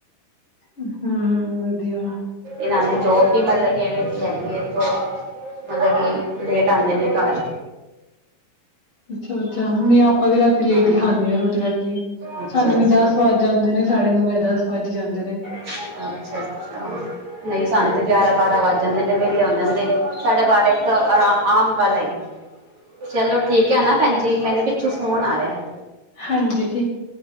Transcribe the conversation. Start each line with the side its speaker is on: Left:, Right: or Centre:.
Left: ਹਾਂ ਵਧੀਆ
Right: ਇਨਾਂ ਦੀ ਜੋਬ ਵੀ ਮੈਨੂੰ ਲੱਗੀ ਐਵੇਂ ਦੀ ਹੈਗੀ ਏ <unintelligible> ਮਤਲਬ ਕਿ ਮਤਲਬ ਕਿ ਲੇਟ ਆਂਦੇ ਨੇ ਘਰ।
Left: ਅੱਛਾ, ਅੱਛਾ ਨੀ ਆਪਾਂ ਵੀ ਰਾਤੀ ਲੇਟ
Right: ਹਾਂ
Left: ਈ ਖਾਨੇ ਆਂ ਰੋਟੀ ਰਾਟੀ
Right: ਅੱਛਾ
Left: ਸਾਨੂੰ ਵੀ
Right: ਅੱਛਾ
Left: ਦਸ ਵੱਜ ਜਾਂਦੇ ਨੇ। ਸਾਡੇ ਨੋ ਯਾ ਦਸ ਵੱਜ ਈ ਜਾਂਦੇ ਨੇ।
Right: ਅੱਛਾ, ਅੱਛਾ ਨਈ ਸਾਨੂੰ ਤੇ ਗਿਆਰਾਂ, ਬਾਰਾਂ ਵਜ ਜਾਂਦੇ ਨੇ ਵੇਲੇ ਹੁੰਦੇ ਨੇ ਤੇ ਸਾਡੇ ਬਾਰਾਂ ਇੱਕ ਆਮ ਗੱਲ ਹੈਗੀ। ਚਲੋ ਠੀਕ ਐ ਨਾ ਭੈਣਜੀ ਮੈਨੂੰ ਪਿੱਛੋਂ ਫੋਨ ਆ ਰਿਆ।
Left: ਹਾਂਜੀ, ਠੀਕ